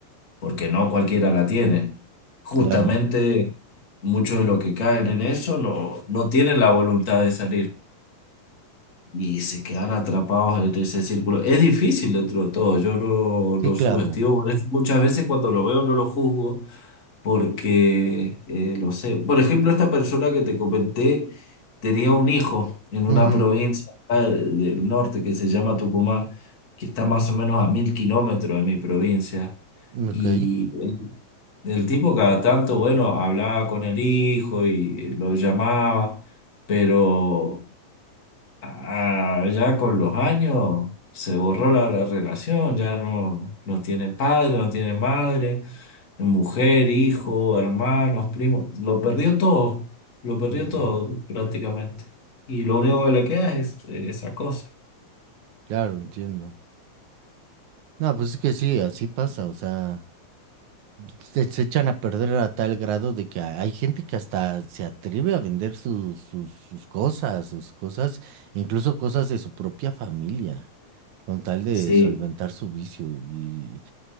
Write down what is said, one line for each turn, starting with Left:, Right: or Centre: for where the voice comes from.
Left: porque no cualquiera la tiene. Justamente
Right: Claro,
Left: muchos de los que caen en eso no, no tienen la voluntad de salir y se quedan atrapados en ese círculo. Es difícil dentro de todo, yo no,
Right: sí,
Left: no
Right: claro.
Left: subestimo, por eso muchas veces cuando lo veo no lo juzgo, porque eh, lo sé. Por ejemplo, esta persona que te comenté tenía un hijo en una
Right: Ujú,
Left: provincia acá del norte que se llama Tucumán, que está más o menos a mil kilómetros de mi provincia.
Right: Ok,
Left: Y el, el tipo cada tanto, bueno, hablaba con el hijo y lo llamaba, pero... Ah, ya con los años se borró la, la relación, ya no, no tiene padre, no tiene madre, mujer, hijo, hermanos, primos, lo perdió todo, lo perdió
Right: ujú,
Left: todo prácticamente. Y lo único que le queda es eh, esa cosa.
Right: Claro, entiendo. No, pues es que sí, así pasa, o sea, se, se echan a perder a tal grado de que hay gente que hasta se atreve a vender sus, sus, sus cosas, sus cosas, incluso cosas de su propia familia, con tal de
Left: Sí.
Right: solventar su vicio y,